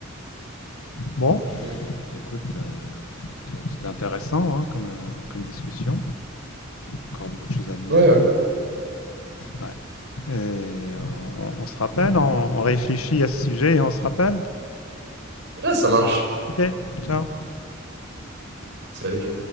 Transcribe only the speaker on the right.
Mm.
Ouais, ouais.
Ouais, ça marche.
Salut.